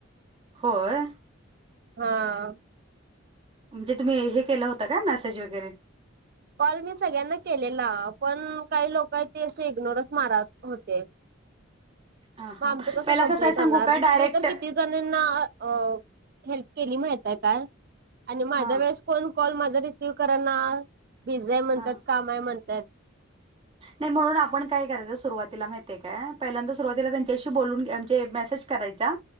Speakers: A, on the right; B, on the right.
A: होय
B: हां.
A: म्हणजे तुम्ही हे केलं होता का मेसेज वगैरे.
B: कॉल मी सगळ्यांना केलेला पण काही लोक आहे ते असे इग्नोरच मारत होते.
A: हां
B: मग
A: हां
B: आमचं कसं
A: पहिला
B: कंप्लीट
A: आहे सांगू
B: होणार
A: काय डायरेक्ट
B: मी तर किती जणींना अह. हेल्प केली माहित हाय का आणि माझ्या
A: हां
B: वेळेस कोण कॉल माझा रिसीव करा ना. बीजी हाय म्हणतात
A: हां
B: काम हाय म्हणतात.
A: नाही म्हणून आपण काय करायचं सुरुवातीला माहितय काय पहिल्यांदा सुरवातीला त्यांच्याशी बोलून यांचे मेसेज. करायचा